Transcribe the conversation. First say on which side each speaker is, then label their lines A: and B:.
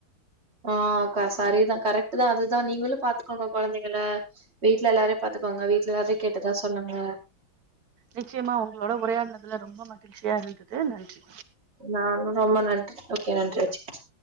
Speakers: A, on the right; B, on the right.
A: ஆஹ்க்கா சரிதான் கரெக்ட் தான் அதுதான் நீங்களும் பாத்துக்கோங்க குழந்தைங்கள வீட்டுல எல்லாரையும் பாத்துக்கோங்க வீட்டு்ல எல்லாரையும் கேட்டதா சொல்லுங்க
B: நிச்சயமா உங்களோட உரையாடுனதுல ரொம்ப மகிழ்ச்சியா இருந்தது நன்றி
A: நானும் ரொம்ப நன்றி ஓகே நன்றி வச்சறேன்